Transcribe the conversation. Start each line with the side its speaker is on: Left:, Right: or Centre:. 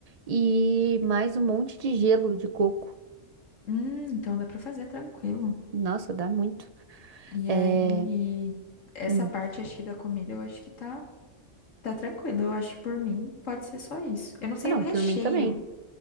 Right: e mais um monte de gelo de coco.
Left: Hum, então dá pra fazer tranquilo.
Right: Nossa, dá muito.
Left: E
Right: É...
Left: aí, essa
Right: hum.
Left: parte, acho que da comida, eu acho que tá. Tá tranquilo, eu acho que por mim pode ser só isso. Eu não sei
Right: Ah, Não,
Left: o recheio.
Right: por mim também.